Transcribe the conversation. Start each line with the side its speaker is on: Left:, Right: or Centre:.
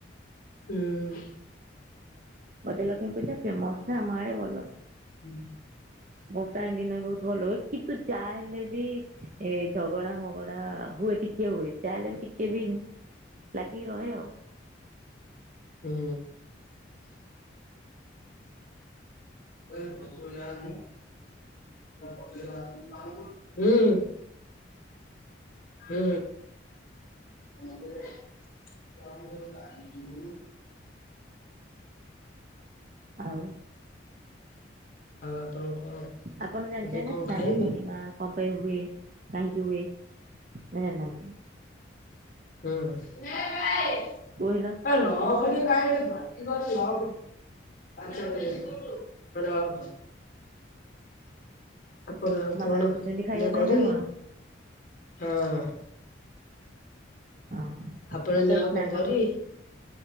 Left: ହୁଁ।
Right: ଗଜଲକ୍ଷ୍ମୀ ପୂଜା ଫେମସ ନା? ଆମ ଆଡେ ଭଲ।
Left: <inaudible>
Right: ଭସାଣି ଦିନ ବି ବହୁତ ଭଲ ହୁଏ। କିନ୍ତୁ ଯାହା ହେଲେ ବି ଏ ଝଗଡା ମଗଡା ହୁଏ ଟିକେ ହୁଏ। ଯାହାହେଲେ ବି ଟିକେ ବି ଲାଗିକି ରହେ ଆଉ।
Left: ହୁଁ। <unintelligible> ହୁଁ ଉଁ। <unintelligible> <unintelligible>
Right: ଆଉ
Left: ଆପଣ କଣ
Right: ଆପଣ ଜାଣିଛନ୍ତି
Left: ଏବେ କଣ
Right: ନା ସ୍ନାନ
Left: ଖାଇବେ?
Right: ପୂର୍ଣ୍ଣିମା? କଣ ପାଇଁ ହୁଏ? କାହିଁକି ହୁଏ? ନା ଜାଣିନାହାନ୍ତି?
Left: ହୁଁ। <unintelligible>
Right: କହିଲା
Left: <inaudible> <unintelligible> ଆପଣ ଆଉ
Right: ମାମା
Left: କଣ
Right: ଡାକୁଛନ୍ତି ଖାଇବା
Left: ଏଇନା
Right: ପାଇଁ
Left: କରିବେ?
Right: ନା କଣ?
Left: ହଁ ହଁ।
Right: ହଁ
Left: ଆପଣ
Right: ମୁଁ କାହିଁ
Left: ଯାଉ
Right: ସ୍ନାନ
Left: <unintelligible> ଭରି?
Right: ପୂର୍ଣ୍ଣିମା